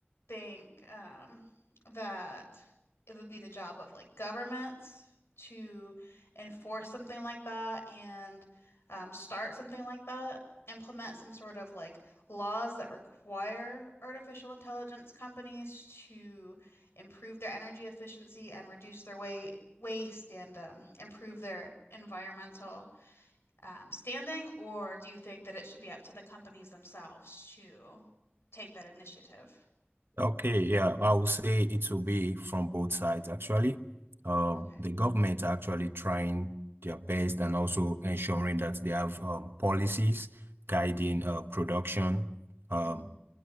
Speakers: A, on the left; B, on the right.
A: think um that it would be the job of like governments to enforce something like that and um, start something like that? Implement some sort of like laws that require artificial intelligence companies to improve their energy efficiency and reduce their weight, waste and um, improve their environmental um, standing, or do you think that it should be up to the companies themselves to take that initiative?
B: Okay. Yeah, I would say it will be from both sides actually. Um,
A: Okay.
B: the government are actually trying their best and also ensuring that they have um, policies guiding uh, production. Um,
A: Mhm.